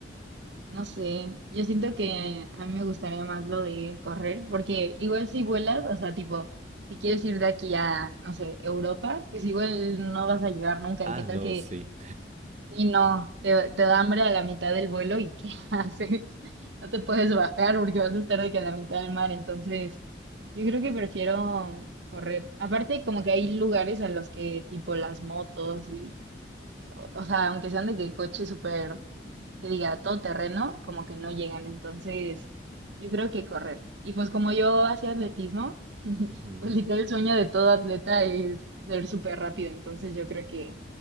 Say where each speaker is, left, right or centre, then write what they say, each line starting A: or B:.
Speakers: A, on the right (about 75°); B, on the right (about 40°).
A: no sé. Yo siento que a mí me gustaría más lo de correr, porque igual si vuelas, o sea, tipo, si quieres ir de aquí a, no sé, Europa, pues igual no vas a llegar nunca.
B: Ah,
A: ¿Y qué tal
B: no,
A: que,
B: sí.
A: si no, te, te da hambre a la mitad del vuelo y qué <laughs> haces? No te puedes bajar porque vas a estar de que a la mitad del mar. Entonces, yo creo que prefiero correr. Aparte, como que hay lugares a los que, tipo, las motos y o sea, aunque sean de que coche súper, que diga todo terreno, como que no llegan. Entonces, yo creo que correr. Y pues como yo hacía atletismo,
B: Ujú.
A: pues literal el sueño de todo atleta es ser súper rápido. Entonces, yo creo que